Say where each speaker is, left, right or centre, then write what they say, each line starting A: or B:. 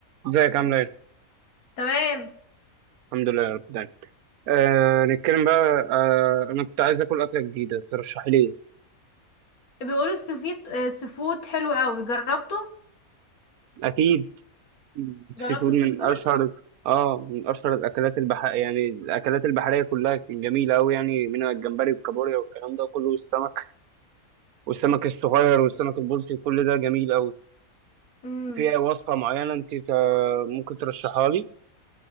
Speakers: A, on the right; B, on the left.
A: ازيك عامله ايه؟
B: تمام
A: الحمد لله يا رب دايما آه نتكلم بقى آه انا كنت عايز اكل اكله جديده ترشحي لي ايه؟
B: بيقولوا السفيد آه، السفود حلو قوي جربته
A: اكيد السي
B: جربت
A: فود
B: السفود
A: من اشهر اه من اشهر الاكلات البح يعني الاكلات البحريه كلها جميله قوي يعني منها الجمبري والكابوريا والكلام ده كله والسمك والسمك الصغير والسمك البلطي كل ده جميل قوي
B: امم
A: في وصفه معينه انت تا- ممكن ترشحها لي؟